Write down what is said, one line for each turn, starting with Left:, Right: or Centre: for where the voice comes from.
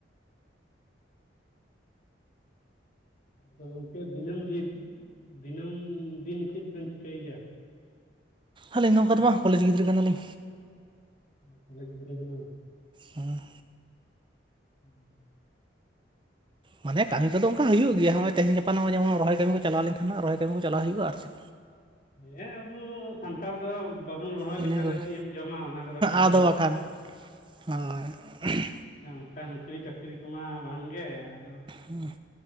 Left: ᱟᱫᱚ ᱜᱚᱝᱠᱮ ᱫᱤᱱᱟᱹᱢ ᱫᱤᱱ ᱫᱤᱱᱟᱹᱢ ᱫᱤᱱ ᱪᱮᱫ ᱵᱮᱱ ᱪᱤᱠᱟᱹᱭ ᱜᱮᱭᱟ?
Right: ᱟᱹᱞᱤᱧ ᱱᱚᱝᱠᱟ
Left: ᱚᱲᱟᱜ
Right: ᱫᱚ ᱵᱟᱝ
Left: ᱠᱚᱨᱮ
Right: ᱠᱚᱞᱮᱡᱽ ᱜᱤᱫᱽᱨᱟᱹ ᱠᱟᱱᱟᱞᱤᱧ
Left: <unintelligible>
Right: ᱦᱩᱸ
Left: ᱦᱩᱸ
Right: ᱢᱟᱱᱮ ᱠᱟᱹᱢᱤ ᱠᱚᱫᱚ ᱚᱱᱠᱟ ᱦᱩᱭᱩᱜ ᱜᱮᱭᱟ ᱦᱚᱜᱚᱭ ᱛᱮᱦᱮᱧ ᱜᱟᱯᱟ ᱱᱚᱼ ᱡᱮᱢᱚᱱ ᱨᱚᱹᱦᱚᱭ ᱠᱟᱹᱢᱤ ᱠᱚ ᱪᱟᱞᱟᱣ ᱞᱮᱱ ᱠᱷᱟᱱ ᱨᱚᱦᱚᱭ ᱠᱟᱹᱢᱤ ᱪᱟᱞᱟᱶ ᱦᱩᱭᱩᱜᱼᱟ ᱟᱨ ᱪᱮᱫ
Left: <inaudible> ᱦᱮᱸ ᱟᱵᱚ ᱥᱟᱱᱛᱟᱲ ᱫᱚ ᱵᱟᱵᱚᱱ ᱨᱚᱦᱚᱭ
Right: ᱤᱱᱟᱹ
Left: ᱞᱮᱠᱷᱟᱱ
Right: ᱠᱚᱜᱮ
Left: ᱫᱚ ᱪᱮᱫ ᱮᱢ ᱡᱚᱢᱼᱟ ᱚᱱᱟ ᱠᱚᱫᱚ ᱠᱟᱹᱢᱤ
Right: ᱟᱫᱚ
Left: ᱜᱮ ᱞᱟᱜᱟᱜᱼᱟ
Right: ᱵᱟᱠᱷᱟᱱ
Left: ᱾
Right: ᱦᱳᱭ
Left: ᱦᱮᱸ ᱚᱱᱠᱟ ᱱᱩᱠᱨᱤ ᱪᱟᱹᱠᱨᱤ ᱠᱚᱢᱟ ᱵᱟᱝᱜᱮ ᱟᱫᱚ
Right: ᱦᱩᱸ